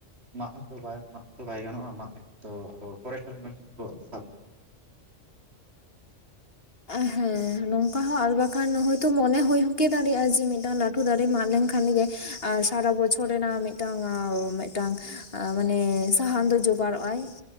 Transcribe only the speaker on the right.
ᱢᱟᱜ ᱦᱚᱸᱛᱚ ᱵᱟᱭ ᱢᱟᱜ ᱛᱚ ᱵᱟᱭ ᱜᱟᱱᱚᱜᱼᱟ ᱢᱟᱜ ᱞᱮᱠᱷᱟᱱ ᱛᱚ ᱟᱨᱚ ᱯᱚᱨᱮᱥᱴᱟᱨ ᱢᱚᱨᱮᱥᱴᱟᱨ ᱠᱚ ᱥᱟᱵ ᱟᱹᱱᱤᱡ ᱟ᱾